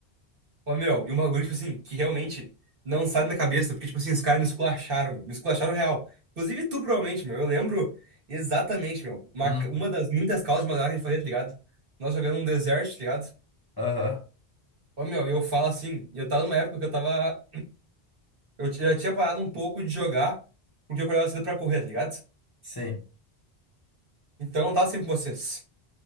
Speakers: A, on the right; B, on the left.
A: Ô, meu, e um bagulho, tipo assim, que realmente não sai da minha cabeça, porque, tipo assim, os caras me esculacharam, meu, me esculacharam real. Inclusive tu, provavelmente, meu, eu lembro exatamente, meu, uma,
B: Hum.
A: uma das muitas causas de madrugada que a gente fazia, tá ligado? Nós jogando um deserto, tá ligado?
B: Aham,
A: Ô, meu, eu falo assim, eu tava numa época que eu tava. Eu ti- eu tinha parado um pouco de jogar, porque eu acordava cedo pra correr, tá ligado?
B: sim.
A: Então eu não tava sempre com vocês.